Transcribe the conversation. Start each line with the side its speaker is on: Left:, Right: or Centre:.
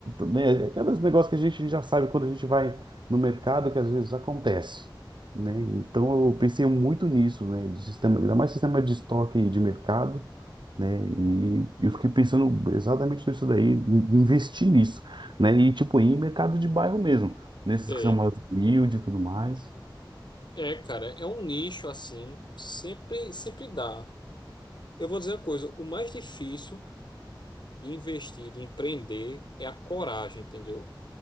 Right: né? Aqueles negócios que a gente já sabe quando a gente vai no mercado que às vezes acontece. Né? Então eu pensei muito nisso, né? De sistema, ainda mais sistema de estoque de mercado, né? E eu fiquei pensando exatamente nisso daí, em- investir nisso, né? E tipo, ir em mercado de bairro mesmo. Nesses
Left: Sei.
Right: que são mais humildes e tudo mais.
Left: É, cara, é um nicho assim, sempre, sempre dá. Eu vou dizer uma coisa, o mais difícil de investir, de empreender, é a coragem, entendeu?